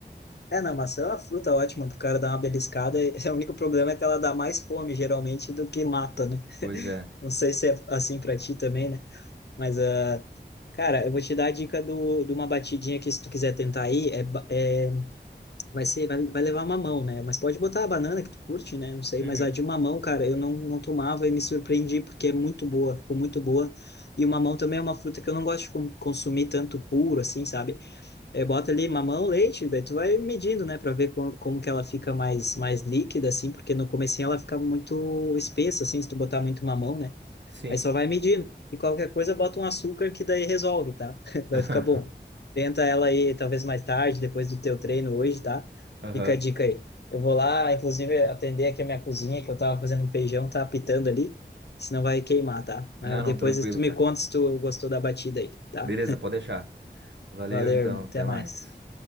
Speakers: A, on the left; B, on the right.
A: É, não, maçã é uma fruta ótima pro cara dar uma beliscada. e <laughs> O único problema é que ela dá mais fome, geralmente, do que mata, né?
B: Pois é.
A: Não sei se é assim pra ti também, né? Mas, ah, cara, eu vou te dar a dica do, de uma batidinha que, se tu quiser tentar aí, é, ba- é, vai ser, vai, vai levar mamão, né? Mas pode botar a banana que tu curte, né? Não sei,
B: Uhum.
A: mas a de mamão, cara, eu não, não tomava e me surpreendi porque é muito boa, ficou muito boa. E o mamão também é uma fruta que eu não gosto de con- consumir tanto puro, assim, sabe? é, bota ali mamão, leite, daí tu vai medindo, né, para ver com, como que ela fica mais, mais líquida, assim, porque no comecinho ela fica muito espessa, assim, se tu botar muito mamão, né?
B: Sim.
A: Aí só vai medindo. E qualquer coisa, bota um açúcar que daí resolve, tá? <laughs> Vai
B: <laughs>
A: ficar bom. Tenta ela aí, talvez mais tarde, depois do teu treino hoje, tá?
B: Aham.
A: Fica a dica aí. Eu vou lá, inclusive, atender aqui a minha cozinha, que eu tava fazendo um feijão, tá apitando ali, senão vai queimar, tá? Mas
B: Ah, não,
A: depois
B: tranquilo,
A: tu
B: cara.
A: me conta se tu gostou da batida aí, tá?
B: Beleza, pode deixar. Valeu
A: Valeu,
B: então,
A: irmão.
B: até
A: Até
B: mais.
A: mais.